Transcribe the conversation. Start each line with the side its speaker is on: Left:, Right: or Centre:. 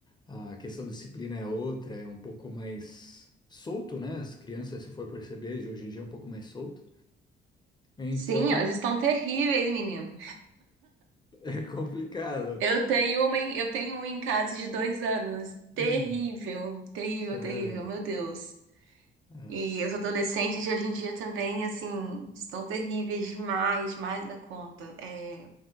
Left: A questão de disciplina é outra, é um pouco mais solto, né? As crianças, se for perceber, de hoje em dia é um pouco mais solto. Então
Right: Sim, elas estão terríveis, menino.
Left: <laughs> é complicado.
Right: Eu tenho uma, em- eu tenho um em casa de dois anos. Terrível,
Left: Hum,
Right: terrível,
Left: sério.
Right: terrível, meu Deus.
Left: Nossa.
Right: E os adolescentes de hoje em dia também, assim, estão terríveis demais, mais da conta. É,